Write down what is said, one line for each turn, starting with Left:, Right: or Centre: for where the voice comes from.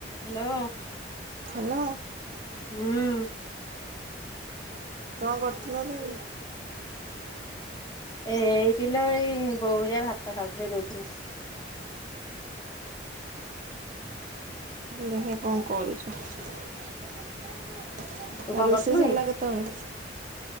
Left: Hello.
Right: Hello
Left: ହୁଁ।
Right: କଣ କରୁଥିଲ ଦେଈ?
Left: ଏଇଟି ଲୋ ଏଇ ବୋଉ ହେରିଆ ଭାତ ଖାଉଥିଲେ ଦଉଥିଲି।
Right: ଦେଖିଆ କଣ କରୁଚି। ଆଉ
Left: ତୁ କଣ
Right: ରୋଷେଇ
Left: କରୁଥିଲୁ
Right: ସରିଲା
Left: କି?
Right: କେତବଳେ?